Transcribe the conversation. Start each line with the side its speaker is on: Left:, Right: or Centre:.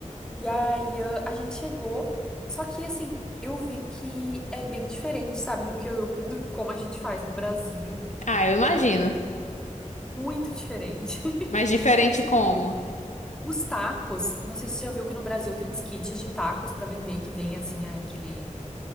Centre: E aí ah, a gente chegou, só que assim, eu vi que é bem diferente, sabe, do que eu, do que como a gente faz no Brasil.
Left: Ah, eu imagino.
Centre: Muito diferente. <laughs>
Left: Mas diferente como?
Centre: Os tacos, não sei se você já viu que no Brasil tem uns kits de tacos para vender que vem assim, é aquele.